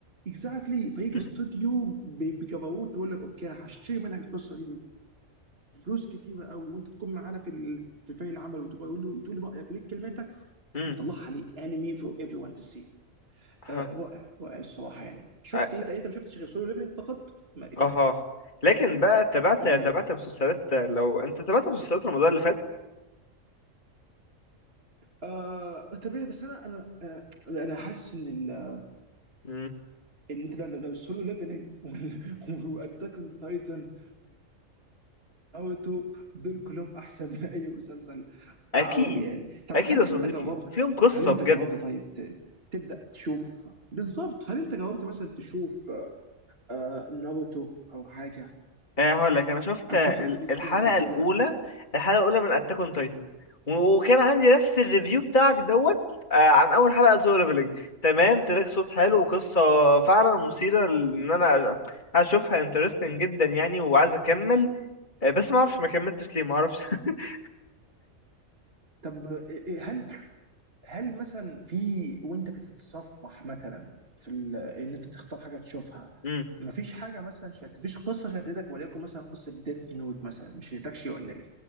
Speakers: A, on the right (about 45°); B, on the left (about 35°).
A: اكزاكتلي exactly. فيجي
B: امم
A: استوديو ب- بجبروت ويقول لك اوكي انا هشتري منك القصه دي بفلوس كتيره قوي وانت تكون معانا في ال- في فريق العمل وتبقى يقول له تقول لي رايك وليك كلماتك
B: امم
A: ونطلعها ليه انمي فور ايفري ون تو سي
B: ها
A: رائع رائع الصراحه يعني شفت
B: اه
A: ايه طيب انت ما شفتش غير سولو ليفلنج فقط ما كانت
B: آه. لكن بقى تابعت
A: ما
B: تابعت مسلسلات لو انت تابعت مسلسلات رمضان اللي فات
A: آه طبيعي بس انا انا آه انا حاسس ان ال-
B: امم
A: ان انت لو لو السولو ليفلنج <laughs> واتاك اون تايتن ناروتو دول كلهم احسن من اي مسلسل
B: اكيد
A: عربي يعني طب
B: اكيد
A: هل
B: يا
A: انت
B: صديقي
A: جربت
B: فيهم قصة
A: هل انت
B: بجد
A: جربت طيب ت- تبدا تشوف بالظبط هل انت جربت مثلا تشوف آه ناروتو او حاجه
B: آه، هقول لك انا شفت
A: انا
B: ال-
A: شفته على سبيس
B: الحلقه
A: تون قبل كده
B: الاولى الحلقه الاولى من اتاك اون تايتن وكان عندي نفس الريفيو بتاعك دوت آه، عن اول حلقه لسولو ليفلنج تمام تراك صوت حلو وقصه فعلا مثيره ل- ان انا اشوفها انترستنج جدا يعني وعايز اكمل آه، بس ما اعرفش ما كملتش ليه ما اعرفش <laughs>
A: طب إيه- إيه، هل هل مثلا في وانت بتتصفح مثلا في ال- ان انت تختار حاجه تشوفها
B: امم
A: مفيش حاجه مثلا شد... مفيش قصه شدتك وليكن مثلا قصه ديث نوت مثلا مش شدتكش ولا ايه؟